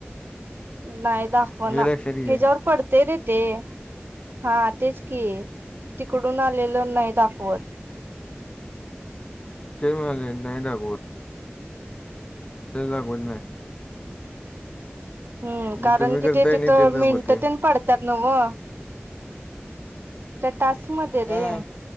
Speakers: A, on the right; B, on the left.
A: नाही दाखवं
B: हे
A: ना
B: लक्षात घे
A: ह्याच्यावर पडतेय रे ते. हा तेच की तिकडून आलेलं नाही दाखवतं.
B: ते म्हणालोय नाही दाखवत, तेच दाखवत नाही.
A: हम्म
B: जे
A: कारण
B: तुम्ही करताय
A: कि ते तिथं
B: नाही तेच दाखवते
A: मिनटं तेन पड. त्यात नव्हं त्या टास्क मध्ये
B: हा.
A: रे.